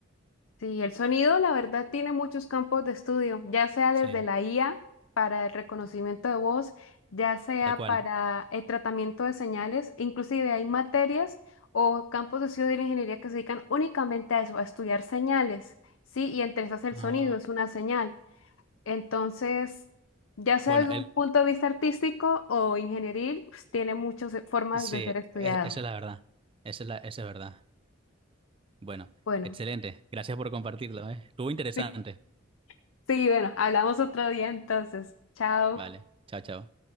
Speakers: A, on the left; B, on the right.
A: Sí, el sonido, la verdad, tiene muchos campos de estudio, ya sea
B: Sí,
A: desde la IA para el reconocimiento de voz, ya sea
B: tal cual.
A: para el tratamiento de señales, inclusive hay materias o campos de estudio de la ingeniería que se dedican únicamente a eso, a estudiar señales, ¿sí? Y entre esas el
B: Ah,
A: sonido es una señal. Entonces, ya sea
B: Bueno,
A: desde
B: él,
A: un punto de vista artístico o ingenieril, pues, tiene muchas eh, formas
B: sí,
A: de ser estudiado.
B: e- esa es la verdad. Esa es la, esa es verdad. Bueno,
A: Bueno,
B: excelente. Gracias por compartirlo, ¿eh? Estuvo interesante.
A: <laughs> sí, sí, bueno, hablamos otro día entonces. Chao.
B: Vale, chao, chao.